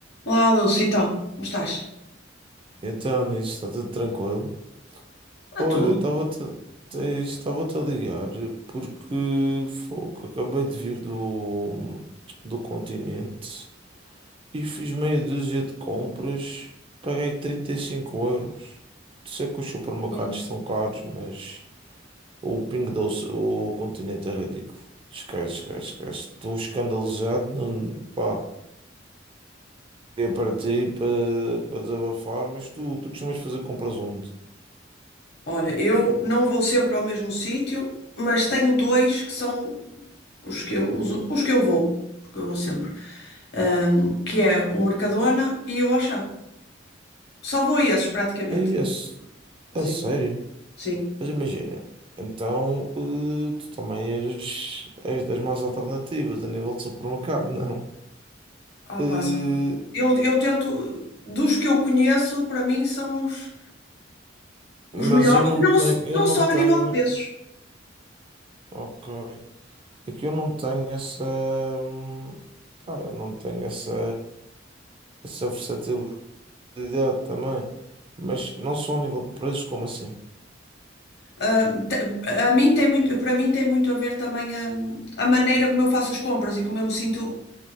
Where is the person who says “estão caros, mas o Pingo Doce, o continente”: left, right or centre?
Right